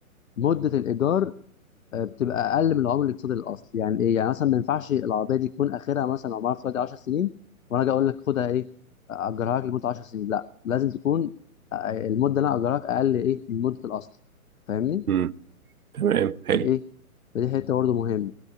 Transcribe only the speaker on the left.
مده الايجار آه، بتبقى اقل من العمر الاقتصادي للاصل يعني ايه يعني مثلا ما ينفعش العربيه دي تكون اخرها مثلا عمرها في دلوقتي 10 سنين وانا اجي اقول لك خدها ايه اجرها لك لمده 10 سنين لا لازم تكون آه، المده اللي انا اجرها لك اقل ايه من مده الاصل فاهمني
دي ايه فدي حته برضه مهمه